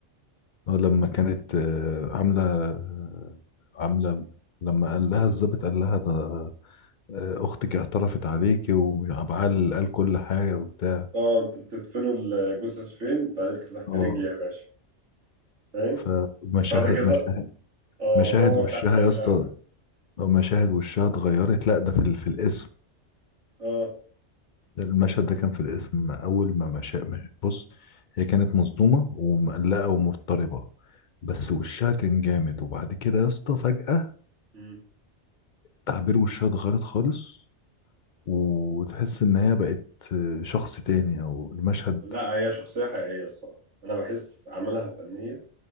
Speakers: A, on the left; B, on the right.
A: اه لما كانت آه، عامله آه، عامله لما قال لها الضابط قال لها ده آه، اختك اعترفت عليكي وعبعال قال كل حاجه وبتاع
B: اه انتوا بتدفنوا الجثث فين؟ فقالت له تحت
A: اه
B: رجلي يا باشا فاهم
A: فمشاهد
B: فده كده
A: مشاهد
B: اه
A: مشاهد
B: دور
A: وشها
B: تحت رجلها
A: يا اسطى
B: ف...
A: آه، مشاهد وشها اتغيرت لا ده في ال- في الاسم
B: اه
A: المشهد ده كان في الاسم أول ما مشى بص هي كانت مصدومة ومقلقة ومضطربة بس وشها كان جامد وبعد كده يا اسطى فجأة
B: مم.
A: تعبير وشها اتغيرت خالص وتحس إن هي بقت شخص تاني أو المشهد
B: لا هي شخصية حقيقية الصراحة أنا بحس في أعمالها الفنية